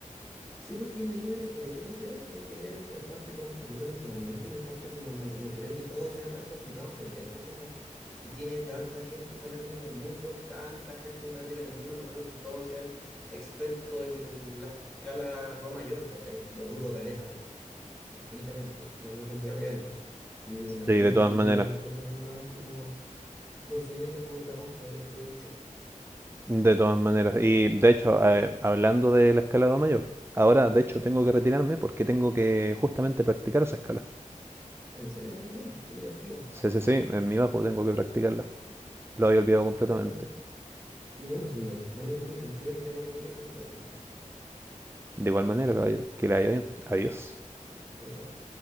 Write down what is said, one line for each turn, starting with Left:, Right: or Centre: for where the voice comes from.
Centre: Sí, porque imagino que por ahí tiene que ver, tiene que ver en, en parte con un poquito el entrenamiento y en parte como no, no creo que todo sea tan complicado entender, pues como si tiene tanta gente fanática en el mundo, tanta gente fanática en el mundo, no creo que todos sean expertos en la escala do mayor, ¿cachai? Lo dudo caleta, infinitamente, no creo que eso sea real. Me imagino
Right: Sí, de todas
Centre: que tiene
Right: maneras,
Centre: que haber cosas más como consumibles por la masa de la que soy yo.
Right: de todas maneras. Y de hecho, eh, hablando del escalado mayor, ahora de hecho tengo que retirarme porque tengo que justamente practicar esa escala.
Centre: En serio, muy bien, qué divertido.
Right: Sí, sí, sí, en mi bajo tengo que practicarla. Lo había olvidado completamente.
Centre: Espero, qué bueno, señor, me alegro mucho, espero que le vaya muy bien con su práctica.
Right: De igual manera, caballero, que le vaya bien. Adiós.
Centre: Chao, chao.